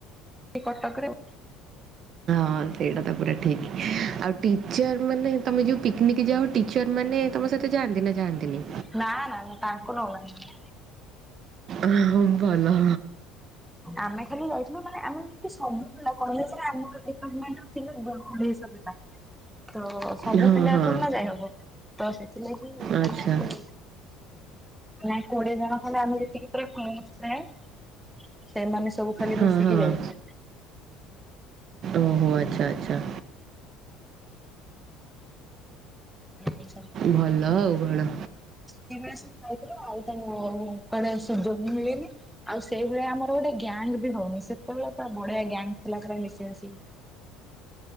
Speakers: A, in the centre; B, on the right.
A: ଏ କଟକରେ ଆଉ।
B: ହଁ ସେଇଟା ତ ପୁରା ଠିକ୍ ଆଉ ଟିଚର ମାନେ ତମେ ଯୋଉ ପିକନିକ ଯାଅ ଟିଚର୍ ମାନେ ତମ ସହିତ ଯାଆନ୍ତି ନା ଯାଆନ୍ତିନି?
A: ନା ନା ମୁଁ ତାଙ୍କୁ ନଉ ନାହିଁ।
B: ଅଁ ହଁ ଭଲ।
A: ଆମେ ଖାଲି ଯାଇଥିଲୁ ମାନେ ଆମେ ଯେମତି ସବୁ ପିଲା କଲେଜରେ ଆମ ଡିପାଟର୍ମେଣ୍ଟର <unintelligible> ତ ସବୁ
B: ହଁ
A: ପିଲା
B: ହଁ
A: ଅଛନ୍ତି ନା ଯାଇ ହବ ତ ସେଥିଲାଗି ଆମ
B: ଆଚ୍ଛା
A: ଖାଲି ନାଇଁ କୋଡିଏ ଜଣ ଖଣ୍ତେ ଆମେ ଯେତିକି ପୁରା <unintelligible> ସେମାନେ ସବୁ ଖାଲି
B: ହୁଁ
A: ମିଶିକି
B: ହୁଁ
A: ଯାଇଥିଲେ।
B: ଓହୋ ଆଚ୍ଛା ଆଚ୍ଛା।
A: ଏମିତି ସବୁ
B: ଭଲ ଆଉ କଣ।
A: ସେତିକିବେଳେ ସବୁ ଖାଇଥିଲୁ ଆଉ ତ ଆଉ କୁଆଡ଼େ ସୁଯୋଗ ମିଳିନି। ଆଉ ସେଇଭଳିଆ ଆମର ଗୋଟେ ଗ୍ୟାଙ୍ଗ ବି ହଉନି। ସେତେବେଳେ ପୁରା ବଢିଆ ଗ୍ୟାଙ୍ଗ ଥିଲା ପୁରା ମିଶି ମାଶିକି।